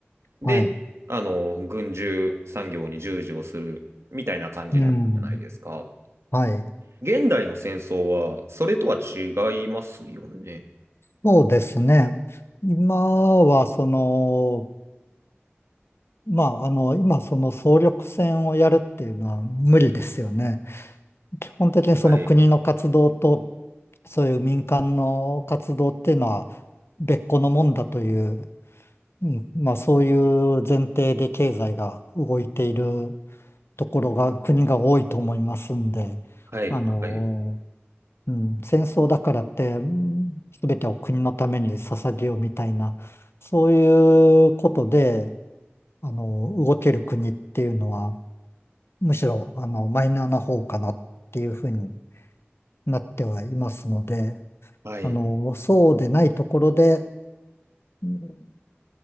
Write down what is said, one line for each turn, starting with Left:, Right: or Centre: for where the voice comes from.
Right: で、
Left: はい、
Right: あの、軍需産業に従事をするみたいな感じだったじゃないですか。
Left: うん、はい。
Right: 現代の戦争は、それとは違いますよね。
Left: そうですね。今は、その、まあ、あの、今、その総力戦をやるっていうのは無理ですよね。基本的にその国の活動と、
Right: はい、
Left: そういう民間の活動っていうのは別個のもんだという、うん、まあ、そういう前提で経済が動いているところが、国が多いと思いますんで、
Right: はい、
Left: あの
Right: はい。
Left: うん、戦争だからって、うん全てを国のために捧げようみたいな、そういうことで、あの、動ける国っていうのは、むしろ、あの、マイナーな方かなっていうふうになってはいますので、
Right: はい。
Left: あの、そうでないところで、うん